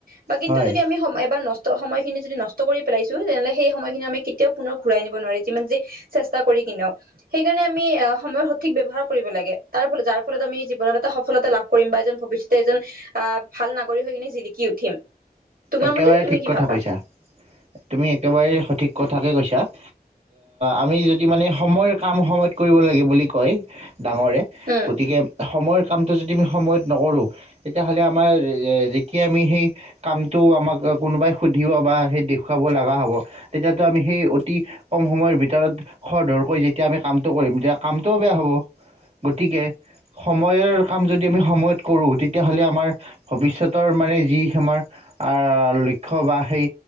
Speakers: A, on the right; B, on the right.
A: বা কিন্তু
B: হয়
A: যদি আমি সম এবাৰ নষ্ট সময়খিনি যদি নষ্ট কৰি পেলাইছো তেনেহলে সেই সময়খিনি আমি কেতিয়াও পুনৰ ঘূৰাই নিব নোৱাৰে যিমান যি চেষ্টা কৰি কিনেও সেইকাৰণে আমি সময়ৰ সঠিক ব্যৱহাৰ কৰিব লাগে তাৰ ফলত যাৰ ফলত আমি জীৱনত এটা সফলতা লাভ কৰিম বা এজন ভৱিষ্যতে এজন আহ ভাল নাগৰিক হৈ কিনে জিলিকি উঠিম তোমাৰ
B: একেবাৰে
A: মতে তুমি
B: ঠিক
A: কি
B: কথা
A: ভাবা
B: কৈছা তুমি একেবাৰে সঠিক কথাকে কৈছা আ আমি যদি মানে সময়ৰ কাম সময়ত কৰিব লাগে বুলি কয় ডাঙৰে
A: উম
B: গতিকে সময় কামটো যদি আমি সময়ত নকৰোঁ তেতিয়াহলে আমাৰ যেতিয়া আমি সেই কাম তো আমাক কোনোবাই সুধিব বা সেই দেখুৱাব লগা হব তেতিয়াতো আমি সেই অতি কম সময়ৰ ভিতৰত খৰ ধৰকৈ যেতিয়া আমি কামটো কৰিম তেতিয়া কামটোও বেয়া হ'ব গতিকে সময়ৰ কাম যদি আমি সময়ত কৰোঁ তেতিয়াহলে আমাৰ ভৱিষ্যতৰ মানে যি আমাৰ লক্ষ্য বা সেই